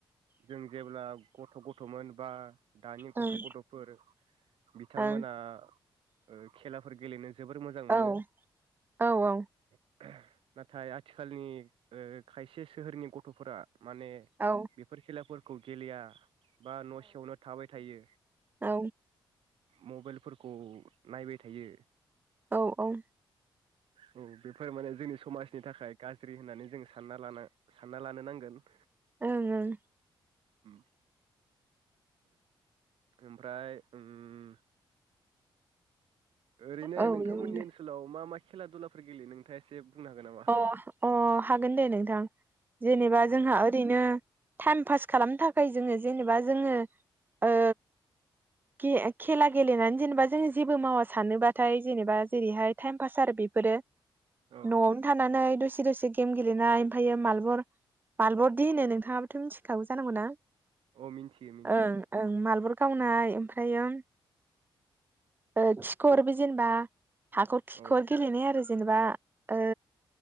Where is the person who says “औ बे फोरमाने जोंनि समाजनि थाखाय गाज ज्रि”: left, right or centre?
Right